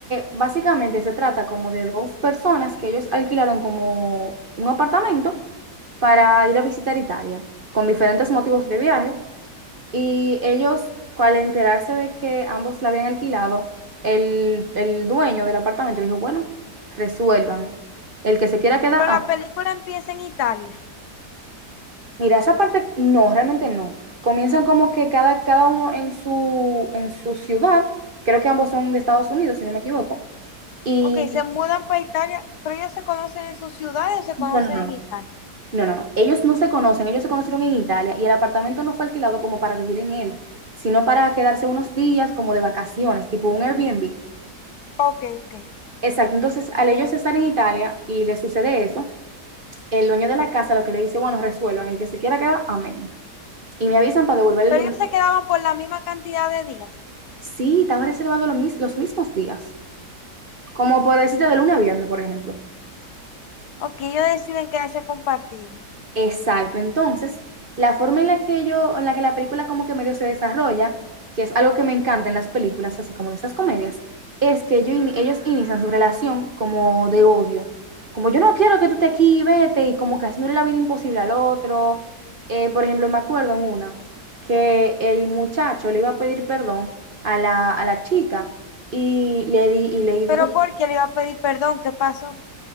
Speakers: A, on the right (about 40°); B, on the left (about 75°).
A: básicamente se trata como de dos personas que ellos alquilaron como un apartamento para ir a visitar Italia, con diferentes motivos de viaje. Y ellos, al enterarse de que ambos la habían alquilado, el, el dueño del apartamento le dijo, bueno, resuelvan. El que se quiera quedar,
B: Pero
A: ah,
B: la película empieza en Italia.
A: mira, esa parte no, realmente no. Comienzan como que cada, cada uno en su, en su ciudad, creo que ambos son de Estados Unidos, si no me equivoco, y
B: Ok, se mudan para Italia, pero ellos se conocen en sus ciudades o se
A: no,
B: conocen
A: no, no.
B: en Italia.
A: No, no, no. Ellos no se conocen, ellos se conocieron en Italia y el apartamento no fue alquilado como para vivir en él, sino para quedarse unos días como de vacaciones, tipo un Airbnb.
B: Ok, ok.
A: Exacto, entonces al ellos estar en Italia y le sucede eso, el dueño de la casa lo que le dice, bueno, resuelvan, el que se quiera quedar, amén. Y me avisan para devolver el
B: Pero
A: dinero.
B: ellos se quedaban por la misma cantidad de días.
A: Sí, estaba reservado los, mis- los mismos días, como por decirte de lunes a viernes, por ejemplo.
B: Ok, ellos deciden quedarse a compartirlo.
A: Exacto. Entonces, la forma en la que yo, en la que la película como que medio se desarrolla, que es algo que me encanta en las películas, así como de esas comedias, es que ellos, ini- ellos inician su relación como de odio. Como yo no quiero que tú estés aquí, vete, y como que haciéndole la vida imposible al otro. Eh, por ejemplo, me acuerdo en una que el muchacho le iba a pedir perdón a la, a la chica y le, di, y le dijo
B: Pero porque le iba a pedir perdón, ¿qué pasó?